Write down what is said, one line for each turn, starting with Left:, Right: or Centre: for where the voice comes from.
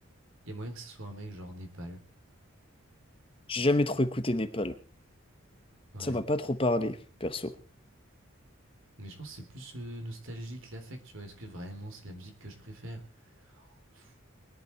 Right: il y a moyen que ce soit un mec genre Népal.
Left: J'ai jamais trop écouté Népal.
Right: Ouais.
Left: Ça m'a pas trop parlé, perso.
Right: Mais je pense que c'est plus euh, nostalgique l'affect, tu vois. Est-ce que vraiment c'est la musique que je préfère? Pff,